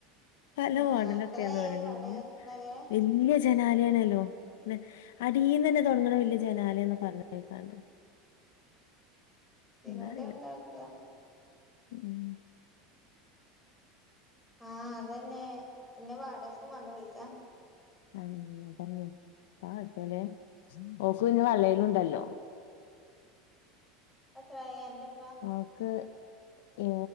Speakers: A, on the left (about 80°); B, in the centre.
A: സലോ
B: ആഹ്
A: ആണലൊക്കേന്ന്
B: അത്രയായി
A: പറയ്ണെയ്യ്
B: ഓല് വാടകക്ക് നിക്കണല്ലേ
A: വെല്ല്യ ജ് ജനാലേണല്ലോ വെ അടീന്നന്നെ തൊടങ്ങ്ണ വല്ല്യ ജനാലേന്ന് പറഞ്ഞ് കേക്കാണ്ട്
B: പിനോൻ്റെ
A: എന്താ അറിയില്ല
B: എണ്ടാക്ക്അ
A: ഉം
B: ആഹ് അതന്നെ പിന്ന വാടകക്കും വാണ്ടെ പൈസ
A: ആന്ന് അതന്നെ <unintelligible> ഓക്ക് പിന്നെ വളേലും ഉണ്ടല്ലോ
B: അത്രായെൻ്റെപ്
A: ഓക്ക് ഏ